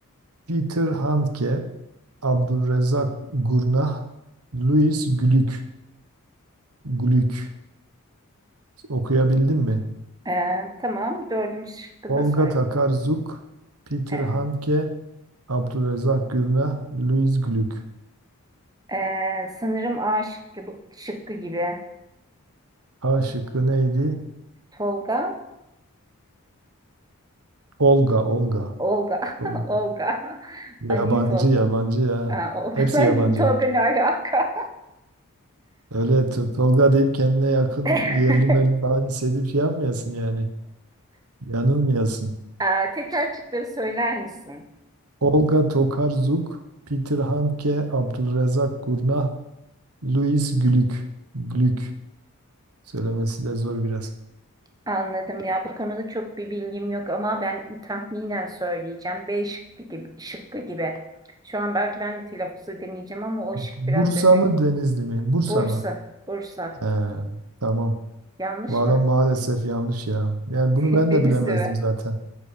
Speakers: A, on the right; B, on the right.
A: Peter Handke Abdülrezzak Gurnah, Louis Glück, Glück okuyabildim mi?
B: Ee, tamam. Dördüncü şıkkı
A: Olga
B: da söyle.
A: Takarzuk, Peter
B: Evet.
A: Handke, Abdülrezzak Gurnah, Louis Glück.
B: Ee, sanırım A şıkkı, bu- şıkkı gibi.
A: A şıkkı neydi?
B: Tolga,
A: Olga, Olga.
B: Olga, <laughs>
A: Tol-
B: Olga.
A: Yabancı,
B: Ben niye Tolga?
A: yabancı ya.
B: Ha, Olga.
A: Hepsi
B: <laughs> Ben
A: yabancı.
B: Tolga ne alaka?
A: Öyle to- Tolga deyip kendine yakın
B: <laughs>
A: yerli meli falan hissedip şey yapmayasın yani. Yanılmayasın.
B: Ee, tekrar şıkları söyler misin?
A: Olga Tokarzuk, Peter Handke, Abdülrezzak Gurnah, Louis Glück. Glück. Söylemesi de zor biraz.
B: Anladım ya. Bu konuda çok bir bilgim yok ama ben tahminen söyleyeceğim. B şıkkı gibi, şıkkı gibi. Şu an belki ben de telaffuz edemeyeceğim ama o şık
A: Bursa
B: biraz yakın.
A: mı Denizli mi? Bursa
B: Bursa,
A: mı?
B: Bursa.
A: He, tamam.
B: Yanlış
A: Valla
B: mı?
A: maalesef yanlış ya. Yani bunu
B: <laughs>
A: ben
B: Denizli
A: de bilemezdim
B: mi?
A: zaten.